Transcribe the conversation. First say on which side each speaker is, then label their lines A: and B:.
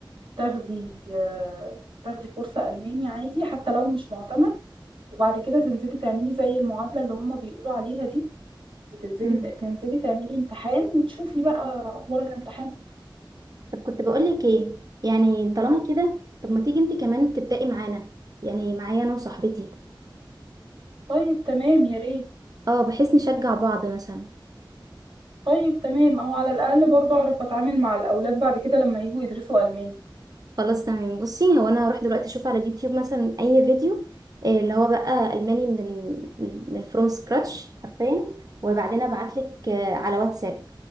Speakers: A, on the right; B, on the right.
A: تاخدي آه، تاخدي كورس ألماني عادي حتى لو مش معتمد وبعد كده تنزلي تعملي زي المعادلة اللي هما بيقولوا عليها دي وتنزلي
B: امم
A: تنزلي تعملي امتحان وتشوفي بقى أخبار الامتحان
B: طب كنت بقول لك ايه يعني طالما كده طب ما تيجي انت كمان تبدأي معانا يعني معايا انا وصاحبتي
A: طيب تمام يا ريت
B: اه بحيث نشجع بعض مثلا
A: طيب تمام اهو على الاقل برضه اعرف اتعامل مع الاولاد بعد كده لما يجوا يدرسوا الماني
B: خلاص تمام بصي هو انا هروح دلوقتي اشوف على اليوتيوب مثلا اي فيديو آه، اللي هو بقى الماني من ال... من فروم سكراتش حرفيا وبعدين ابعت لك على واتساب